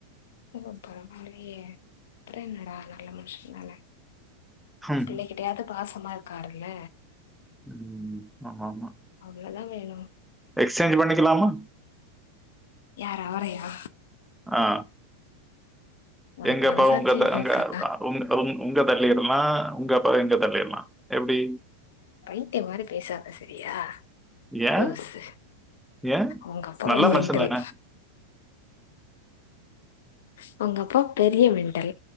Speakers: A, on the left (about 55°); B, in the centre.
A: உம பரவாயில்லையே அப்பறம் என்னடா நல்ல மனுஷ தானே
B: ஹம்.
A: பிள்ளை கிட்டயாது பாசம் மா இருக்கார்ல்ல
B: ம் ஆமா ஆமா
A: அவ்ளோதா வேணு
B: எக்ஸ்சேஞ்ச் பண்ணிக்கலாமா
A: யார அவரயா
B: ஆ
A: உனக்கு
B: எங்க
A: மனசாட்சி
B: அப்பா உங்க
A: இருக்கா
B: அங்க உங்க உ உங்க தள்ளிறலா உங்க அப்பா எங்க தள்ளிறலா எப்டி
A: பைத்தியம் மாரி பேசாத சரியா
B: ஏ
A: லூசு
B: ஏ
A: உங்க அப்பா
B: நல்ல
A: ஒரு மென்டல்
B: மனுஷ தானே
A: வொங்க அப்பா பெரிய மெண்டல்